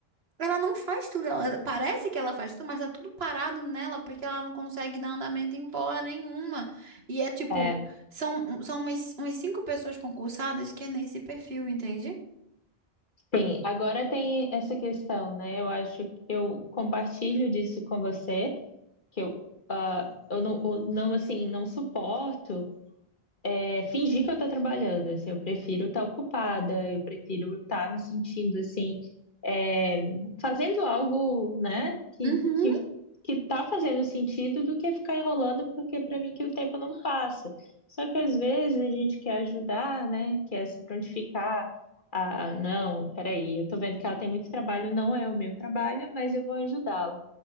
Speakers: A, on the right; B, on the left.
A: Ela não faz tudo, ela parece que ela faz tudo, mas tá tudo parado nela porque ela não consegue dar andamento em porra nenhuma. E é tipo,
B: É,
A: são, são umas, umas cinco pessoas concursadas que é nesse perfil, entende?
B: tem, agora tem essa questão, né? Eu acho que eu compartilho disso com você, que eu, ah, eu não, eu não, assim, não suporto é, fingir que eu tô trabalhando, assim, eu prefiro estar ocupada, eu prefiro estar me sentindo, assim, é, fazendo algo, né, que,
A: Uhum.
B: que, que tá fazendo sentido do que ficar enrolando, porque para mim que o tempo não passa. Só que às vezes a gente quer ajudar, né, quer se prontificar, ah, não, peraí, eu tô vendo que ela tem muito trabalho, não é o meu trabalho, mas eu vou ajudá-la.